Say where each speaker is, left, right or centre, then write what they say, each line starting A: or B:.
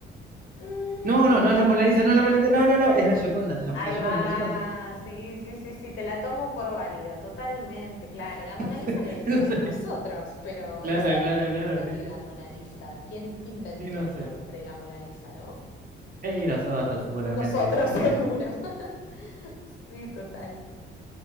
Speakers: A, on the left; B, on the right.
A: Mm,
B: No, no, no es la Mona Lisa, no es la Mona Lisa, no, no, no, es la Gioconda, se llama,
A: ahí
B: la Gioconda,
A: va,
B: la Gioconda.
A: sí, sí, sí, sí, te la tomo por válida, totalmente, claro.
B: <laughs>
A: La Mona Lisa le decimos
B: No sé.
A: nosotros, pero
B: Claro,
A: no sé
B: claro,
A: de dónde
B: claro,
A: salió
B: sí, sí,
A: la Mona Lisa, quién inventó
B: sí, no
A: el
B: sé.
A: nombre la Mona Lisa, ¿no?
B: Y nosotros seguramente
A: Nosotros,
B: le, le-
A: <laughs> seguro.
B: le-
A: <laughs> Sí, total.